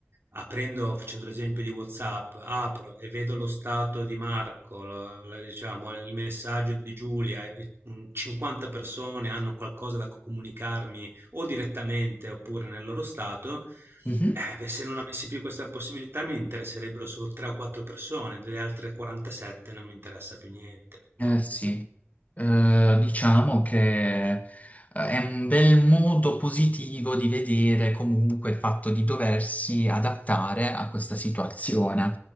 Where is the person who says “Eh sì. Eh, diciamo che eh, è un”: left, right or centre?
Left